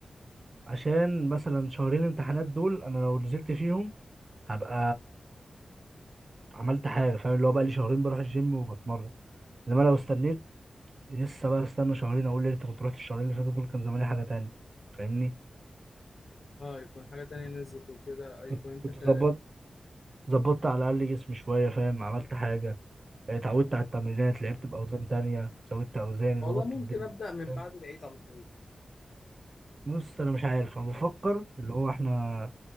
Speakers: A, on the right (about 45°); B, on the left (about 60°).
A: عشان مثلا شهرين امتحانات دول انا لو نزلت فيهم هبقى عملت حاجه فاهم اللي هو بقى لي شهرين بروح الجيم وبتمرن انما لو
B: اه
A: استنيت لسه بقى استنى شهرين اقول يا ريت كنت رحت الشهرين اللي فاتوا دول كان زماني حاجه تانية فاهمني
B: اه يكون حاجة تانية نزلت وكده يكون
A: كنت
B: انت
A: كنت
B: ك...
A: ظبطت ظبطت على الاقل جسمي شويه فاهم عملت حاجه اتعودت على التمرينات لعبت باوزان تانية زودت اوزاني
B: والله
A: ظبطت الدنيا
B: ممكن ابدأ من
A: فاهم
B: بعد العيد على طول
A: بص انا مش عارف انا بفكر اللي هو احنا